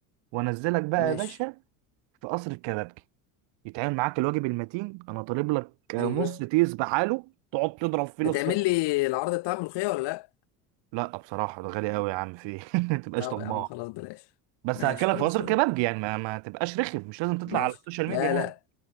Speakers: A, on the right (about 65°); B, on the left (about 60°).
A: وانزلك بقى
B: ماشي
A: يا باشا في قصر الكبابجي يتعامل معاك الواجب المتين انا طالب لك نص
B: ايوه
A: تيس بحاله تقعد تضرب فيه للسوق
B: هتعمل لي العرض بتاع الملوخيه ولا لا
A: لا بصراحة ده غالي قوي يا عم في إيه؟ <laughs> ما تبقاش
B: طب
A: طماع
B: يا عم خلاص بلاش
A: بس
B: ماشي
A: هاكلك
B: خلاص
A: في قصر
B: بلاش
A: الكبابجي يعني ما, ما تبقاش رخم مش لازم تطلع
B: ماشي
A: على السوشيال
B: لا
A: ميديا يعني.
B: لا